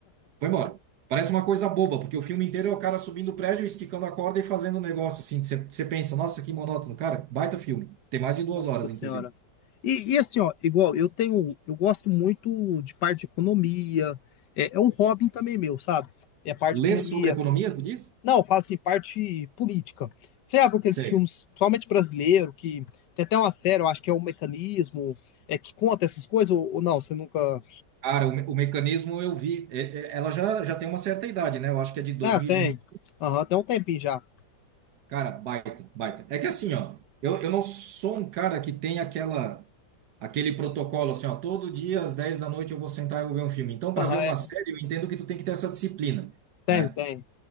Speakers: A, on the right; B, on the left.
A: Foi embora. Parece uma coisa boba, porque o filme inteiro é o cara subindo o prédio, esticando a corda e fazendo um negócio assim. Você você pensa, nossa, que monótono. Cara, baita filme. Tem mais de duas
B: Nossa
A: horas,
B: Senhora.
A: inclusive.
B: E, e assim, ó, igual, eu tenho, eu gosto muito de parte de economia, é, é um hobby também meu, sabe? É a parte de economia,
A: Ler sobre economia, tu diz?
B: Não, fala assim, parte política. Você já viu aqueles
A: Sei.
B: filmes, principalmente brasileiro, que tem até uma série, eu acho que é o Mecanismo, é que conta essas coisas, ou, ou não? Você nunca.
A: Cara, o, me- o mecanismo eu vi. É- é- Ela já, já tem uma certa idade, né? Eu acho que é de 2020.
B: Ah, tem. Aham, tem um tempinho já.
A: Cara, baita, baita. É que assim, ó, eu, eu não sou um cara que tem aquela, aquele protocolo assim, ó, todo dia às 10 da noite eu vou sentar e vou ver um filme. Então, para
B: Aham,
A: ver uma
B: é-
A: série, eu entendo que tu tem que ter essa disciplina.
B: tem,
A: né?
B: tem.